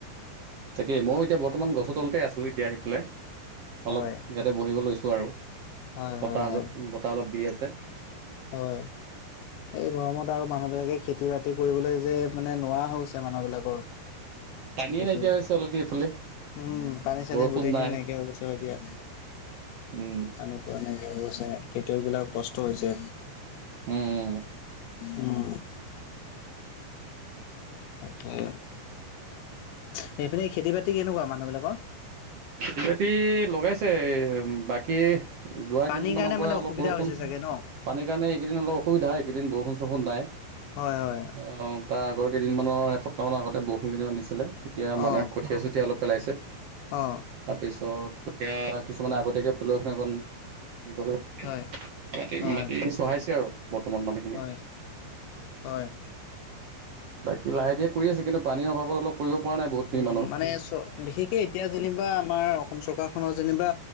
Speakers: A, on the right; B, on the left.
A: তাকে মই এতিয়া বৰ্তমান গছৰ তলতে আছো এতিয়া আহি পেলাই
B: হয়
A: অলপ ইয়াতে বহিব লৈছো। আৰু
B: হয় হয়
A: বতাহত
B: হয়
A: বতাহ অলপ দি আছে।
B: হয়। এই গৰমত আৰু মানুহ বিলাকে খেতি বাতি কৰিবলৈ যে মানে নোৱাৰা হৈ গৈছে মানুহ বিলাকৰ।
A: পানীয়ে
B: দেখি
A: নাইকিয়া হৈছে অলপদেৰি <unintelligible> এইফালে।
B: উম পানী চানী
A: বৰষুণ
B: গোটেইখিনি
A: নাই
B: নাইকিয়া হৈ গৈছে হয় দিয়া
A: উম
B: পানী পোৱা নাই। <unintelligible> হৈছে খেতিয়কবিলাকৰ কষ্ট হৈছে।
A: উম উম।
B: উম তাকে। সেইফালে খেতি বাতি কেনেকুৱা মানুহ বিলাকৰ?
A: খেতি বাতি লগাইছে বাকী যোৱা
B: পানীৰ
A: কেইদিনমানৰ
B: কাৰণে
A: পৰা
B: মানে
A: অলপ
B: অসুবিধা
A: বৰষুণ।
B: হৈছে চাগে ন?
A: পানীৰ কাৰণে এইকেইদিন অলপ অসুবিধা হয়, এইকেইদিন বৰষুণ চৰষুণ নাই। অ
B: হয় হয়
A: তাৰ আগৰ কেইদিনমানৰ এসপ তাৰমানে আগতে বৰষুণ কেইদিনমান দিছিলে তেতিয়া
B: অ
A: মানুহে কঠীয়া চঠীয়া অলপ পেলাইছে।
B: অ
A: তাৰপিছত কঠীয়া কিছুমানে আগতীয়াকে পেলোৱাখিনিয়ে অকণ। ঘ
B: হয় হয়
A: ম <unintelligible> মাটি চহাইছে আৰু। বৰ্তমান মানুহখিনি
B: হয় হয়
A: বাকী লাহে ধীৰে কৰি আছে কিন্তু পানীৰ অভাৱত অলপ কৰিব পৰা নাই বহুতখিনি
B: উম
A: মানুহ
B: মানে চ বিশেষকে এতিয়া যেনিবা আমাৰ অসম চৰকাৰ খনৰ যেনিবা